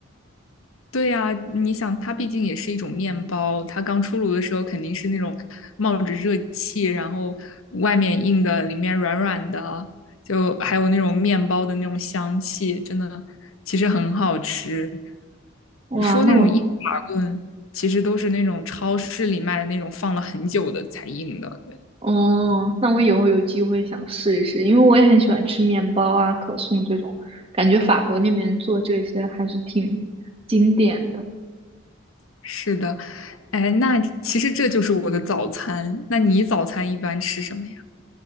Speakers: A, on the left; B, on the right.
A: 对呀，你想，它毕竟也是一种面包，它刚出炉的时候肯定是那种冒着热气，然后外面硬的，里面软软的，就还有那种面包的那种香气，真的其实很好吃。
B: 哇，
A: 你说那种硬法棍，
B: 那我
A: 其实都是那种超市里卖的那种放了很久的才硬的。
B: 哦，那我以后有机会想试一试，因为我也很喜欢吃面包啊、可颂这种，感觉法国那边做这些还是挺经典的。
A: 是的，哎，那其实这就是我的早餐。那你早餐一般吃什么呀？